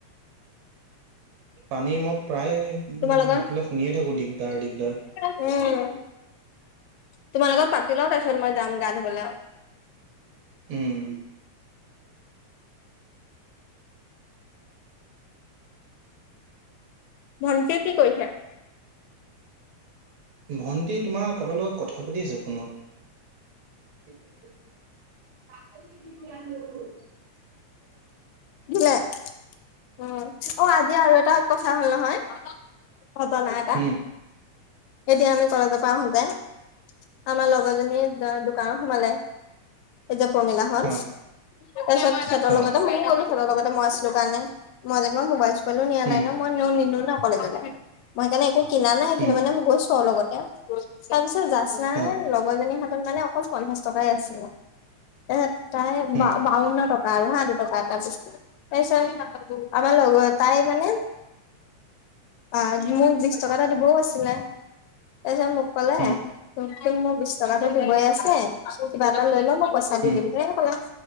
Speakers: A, on the right; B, on the left.
A: পানী মই প্ৰায় উ
B: তোমাৰ লগত
A: নফেলাই শুনিয়ে থাকো দিগদাৰ-দিগদাৰ।
B: উম, তোমাৰ লগত পাতি ল‌ওঁ তাৰপিছত মই যাম গা ধুবলে।
A: উম,
B: ভণ্টিয়ে কি কৰিছে?
A: ভণ্টি তোমাৰ কাৰোবাৰ লগত কথা পাতি আছে ফোনত। <inaudible>
B: দিলে উম, অ' আজি আৰু এটা কথা হ'ল নহয়। ঘটনা এটা,
A: উম,
B: এতিয়া আমি কলেজৰ পৰা আহোতে। আমাৰ লগৰজনীয়ে দোকান সোমালে এই যে প্ৰমিলাহ‍ঁত
A: অ',
B: তাৰ পিছত সিহঁতৰ লগতে
A: অ',
B: ম‌ইয়ো গলো। সিহঁতৰ লগতে মই আছিলো কাৰণে মই যেনেবা মোবাইল, মোবাইলো নিয়া
A: উম,
B: নাই ন মই নিনিও ন কলেজলে, মই সেইকাৰণে মোৰ কিনা নাই কিন্তু
A: উম,
B: মানে মই গৈছো আৰু লগতে তাৰপিছত জাজনাৰ
A: অ',
B: লগৰজনীৰ হাতত মানে অকল পঞ্চাশ টকাই আছিলে, তাৰপিছত তাই
A: উম,
B: বাৱন্ন টকা আৰু হা দুটকাত তাৰপিছত-তাৰপিছত আমাৰ লগৰ এটাই মানে আহ, মোক বিশ টকা এটা দিবও আছিলে তাৰপিছত মোক ক'লে?
A: উম,
B: তোকটো মোৰ বিশ টকাটো দিবই আছে কিবা এটা লৈ ল মই পইচা দি
A: উম,
B: দিম সেনেকে ক'লে।